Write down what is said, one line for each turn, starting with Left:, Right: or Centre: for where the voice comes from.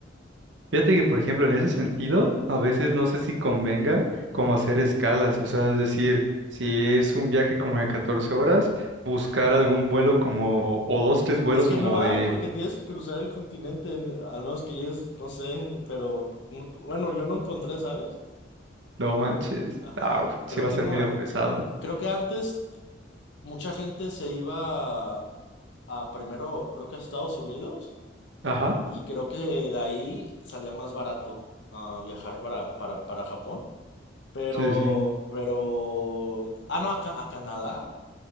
Right: Fíjate que, por ejemplo, en ese sentido, a
Left: Ujú.
Right: veces no sé si convenga como hacer escalas, o sea, es decir, si es un viaje como de 14 horas, buscar algún vuelo como, o dos, tres vuelos
Left: Es que
Right: como
Left: no hay
Right: de,
Left: porque tienes que cruzar el continente, en- al menos que llegues, no sé, pero no- bueno, yo no encontré, ¿sabes?
Right: no manches,
Left: Ajá,
Right: au,
Left: creo
Right: sí va
Left: que
Right: a ser
Left: no
Right: medio
Left: ha-
Right: pesado.
Left: Creo que antes mucha gente se iba a, a primero, creo que a Estados Unidos,
Right: Ajá,
Left: y creo que de ahí salía más barato ah, viajar para, para, para Japón. Pero,
Right: sí, sí.
Left: pero, ah, no, a, Ca- a Canadá.